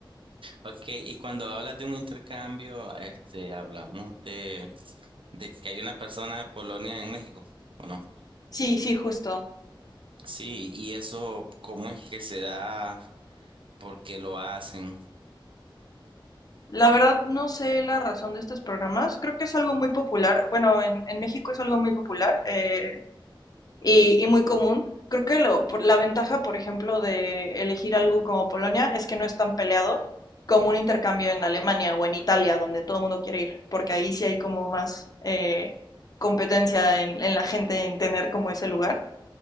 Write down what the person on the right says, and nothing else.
Ok, y cuando hablas de un intercambio, este, hablamos de, de que hay una persona de Polonia en México, ¿o no?
Sí, y eso, ¿cómo es que se da? ¿Por qué lo hacen?